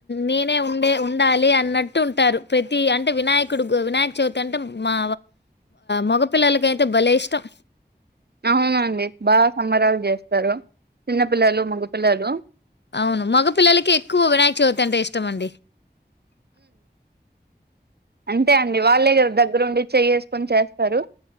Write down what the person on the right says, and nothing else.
అవునండి బాగా సంబరాలు చేస్తారు చిన్నపిల్లలు మగపిల్లలు
అంతే అండి వాళ్ళే కద దగ్గరుండి చెయ్యేసుకొని చేస్తారు